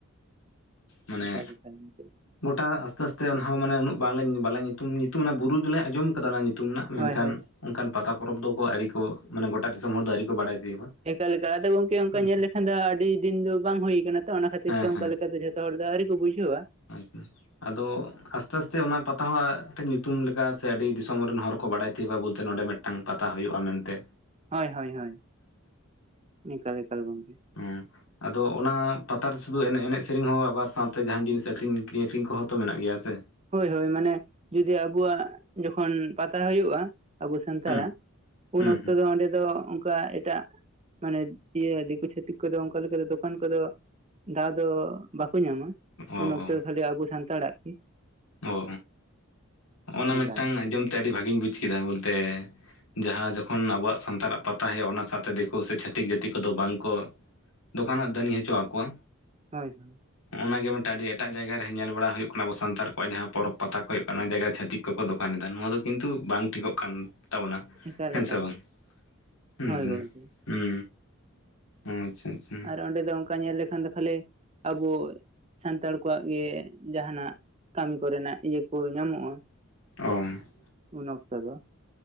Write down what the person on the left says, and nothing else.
ᱢᱟᱱᱮ
ᱜᱚᱴᱟ ᱟᱥᱛᱮ ᱟᱥᱛᱮ ᱚᱱᱟᱦ ᱦᱚᱸ ᱢᱟᱱᱮ ᱩᱱᱟᱹᱜ ᱵᱟᱝᱞᱮ ᱵᱟᱞᱮ ᱧᱩᱛᱩᱢ ᱧᱩᱛᱩᱢ ᱚᱱᱟ ᱵᱩᱨᱩ ᱫᱚᱞᱮ ᱟᱸᱡᱚᱢ ᱚᱱᱟ ᱧᱩᱛᱩᱢ ᱨᱮᱱᱟᱜ ᱢᱮᱱᱠᱷᱟᱱ
ᱚᱱᱠᱟᱱ ᱯᱟᱛᱟ ᱯᱚᱨᱚᱵᱽ ᱫᱚᱠᱚ ᱟᱹᱨᱤ ᱠᱚ ᱢᱟᱱᱮ ᱜᱚᱴᱟ ᱫᱤᱥᱚᱢ ᱦᱚᱲ ᱫᱚ ᱟᱹᱣᱨᱤ ᱠᱚ ᱵᱟᱲᱟᱭ ᱛᱤᱭᱳᱜᱟ᱾
ᱦᱮᱸ
ᱥᱮ
ᱦᱮᱸ
ᱦᱮᱸ
ᱟᱪᱪᱷᱟ <unintelligible> ᱟᱫᱚ ᱟᱸᱥ ᱛᱮ ᱟᱸᱥ ᱛᱮ ᱚᱱᱟ ᱯᱟᱛᱟ ᱦᱚᱸ ᱧᱩᱛᱩᱢ ᱞᱮᱠᱟ ᱥᱮ ᱟᱹᱰᱤ ᱫᱤᱥᱚᱢ ᱨᱮᱱ ᱦᱚᱲ ᱠᱚ ᱵᱟᱰᱟᱭ ᱛᱮᱭᱳᱜᱼᱟ ᱵᱚᱞ ᱛᱮ ᱱᱚᱰᱮ ᱢᱤᱫ ᱴᱟᱝ ᱯᱟᱛᱟ ᱦᱳᱭᱳᱜᱼᱟ ᱢᱮᱱ ᱛᱮ
ᱦᱚᱸ ᱟᱫᱚ ᱚᱱᱟ ᱯᱟᱛᱟᱨ ᱨᱮ ᱥᱩᱫᱩ ᱮᱱ ᱮᱱᱮᱡ ᱥᱮᱨᱮᱧ ᱦᱚᱸ ᱟᱵᱟᱨ ᱥᱟᱶᱛᱮ ᱡᱟᱦᱟᱱ ᱡᱤᱱᱤᱥ ᱥᱮᱠᱷᱨᱤᱧᱠᱷᱨᱤᱧ <unintelligible> ᱟᱹᱠᱷᱨᱤ ᱠᱚᱦᱚᱸᱛᱚ ᱢᱮᱱᱟᱜ ᱜᱮᱭᱟ ᱥᱮ
ᱦᱩᱸ
ᱦᱩᱸ
ᱦᱩᱸ
ᱚ
ᱚ
ᱚ ᱦᱚᱜ ᱱᱟ
ᱢᱤᱫᱴᱟᱝ ᱟᱸᱡᱚᱢ ᱛᱮ ᱟᱹᱰᱤ ᱵᱷᱟᱜᱮᱧ ᱵᱩᱡᱽ ᱠᱮᱫᱟ ᱵᱚᱞᱛᱮ ᱡᱟᱦᱟᱸ ᱡᱚᱠᱷᱚᱱ ᱟᱵᱚᱣᱟᱜ ᱥᱟᱱᱛᱟᱲᱟᱜ ᱯᱟᱛᱟ ᱦᱩᱭᱩᱜ ᱚᱱᱟ ᱥᱟᱶᱛᱮ ᱫᱤᱠᱩ ᱥᱮ ᱪᱷᱟᱹᱛᱤᱠ ᱡᱟᱹᱛᱤ ᱠᱚᱫᱚ ᱵᱟᱝ ᱠᱚ ᱫᱚᱠᱟᱱᱟᱜ ᱫᱟᱹᱱᱤᱧ ᱦᱚᱪᱚ ᱟᱠᱚᱣᱟ᱾
ᱚᱱᱟᱜᱮ ᱢᱤᱫᱴᱟᱝ ᱟᱹᱰᱤ ᱮᱴᱟᱜ ᱡᱟᱭᱜᱟ ᱨᱮ ᱧᱮᱞ ᱵᱟᱲᱟ ᱦᱩᱭᱩᱜ ᱠᱟᱱᱟ ᱟᱵᱚ ᱥᱟᱱᱛᱟᱲ ᱱᱚᱣᱟ ᱡᱟᱦᱟᱸ ᱯᱚᱨᱚᱵᱽ ᱯᱟᱛᱟ ᱠᱚ ᱦᱩᱭᱩᱜ ᱠᱟᱱᱟ ᱚᱱᱟ ᱡᱟᱭᱜᱟ ᱨᱮ ᱪᱷᱟᱹᱛᱤᱠ ᱠᱚᱠᱚ ᱫᱚᱠᱟᱱ ᱮᱫᱟ ᱱᱚᱣᱟ ᱫᱚ ᱠᱤᱱᱛᱩ ᱵᱟᱝ ᱴᱷᱤᱠᱚᱜ ᱠᱟᱱ ᱛᱟᱠᱣᱟ᱾ ᱛᱟᱵᱚᱱᱟ ᱾
ᱦᱮᱸ
ᱥᱮ ᱵᱟᱝ ᱦᱩᱸ
ᱦᱩᱸ
ᱦᱩᱸ ᱦᱩᱸ, ᱟᱪᱪᱷᱟ ᱟᱪᱪᱷᱟ,
<unintelligible>